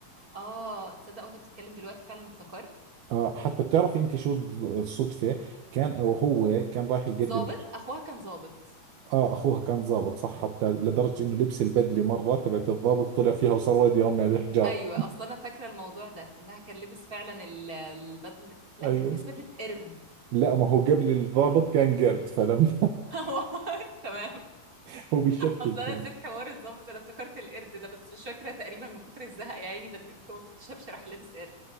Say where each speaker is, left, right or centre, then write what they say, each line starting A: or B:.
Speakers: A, on the right; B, on the right.
A: اه تصدق وانت بتتكلم دلوقتي فعلا افتكرت
B: اه حتى بتعرفي انت شو الصدفة كان او هو كان راح يقدم
A: ظابط اخوها كان ظابط
B: اه اخوها كان ضابط صح حتى لدرجة انه لبس البدلة مرة تبعت الضابط طلع فيها وصار ولد يرمي عليه حجار
A: ايوه اصل انا فاكره الموضوع ده انها كان لابس فعلا ال- البدل لا
B: ايوه
A: كان لابس بدله قرد
B: لا ما هو قبل الضابط كان قرد فلما
A: <laughs> والله تمام
B: <laughs> هو بشكل
A: اصل انا
B: كان
A: نسيت حوار الظابط انا افتكرت القرد ده بس مش فاكره تقريبا من كتر الزهق يا عيني بدلته ما بتتشافش راح لابس قرد